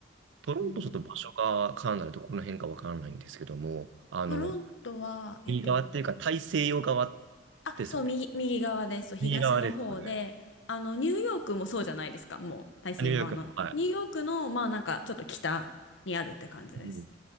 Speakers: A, on the right; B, on the left.
A: トロントちょっと場所がカナダでどこの辺かわからないんですけども、
B: うん、
A: あの、
B: トロントは、えっと、
A: 右側っていうか大西洋側
B: あ、
A: ですよね。
B: そう、右、右側です。そう、東の方で、
A: 右側ですよね。
B: あの、ニューヨークもそうじゃないですか、もう、大西洋側の。
A: あニューヨークの、はい。
B: ニューヨークの、まあ、なんか、ちょっと北にあるって感じです。
A: うん。